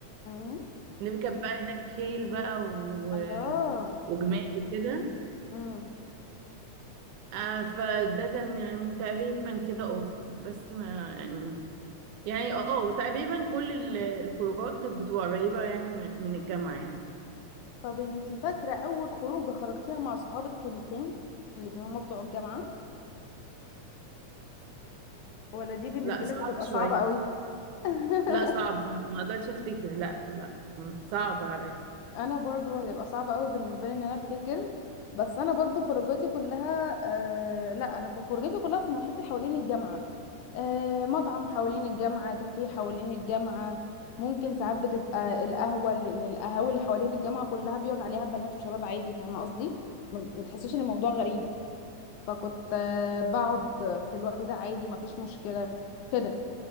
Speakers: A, on the left (about 80°); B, on the right (about 80°).
A: امم
B: نركب بقى هناك خيل بقى و...
A: الله
B: وجمال وكده
A: امم
B: آه فده كان يعني تقريبا كده اه بس ما يعني يعني اه تقريبا كل ال- الخروجات كانت بتبقى قريبة يعني من من الجامعة يعني
A: طب انتي فاكره اول خروجه خرجتيها مع صحابك كان فين اللي هما بتوع الجامعه ولا دي بالنسبه
B: لا صعب
A: لك هتبقى
B: شوية
A: صعبه قوي <laughs>
B: لا صعب م- ما اقدرش افتكر لا لا م- صعب عليا
A: انا برضو هتبقى صعبة قوي بالنسبة لي ان انا افتكر بس انا برضو خروجاتي كلها آه لا انا كان خروجاتي كلها في محيط حوالين الجامعة آه مطعم حوالين الجامعة كافيه حوالين الجامعة ممكن ساعات بتبقى القهوة لان القهاوي اللي حوالين الجامعة كلها بيقعد عليها بنات وشباب عادي فاهمة قصدي ما ما تحسيش ان الموضوع غريب فكنت آه بقعد في الوقت ده عادي ما فيش مشكلة كده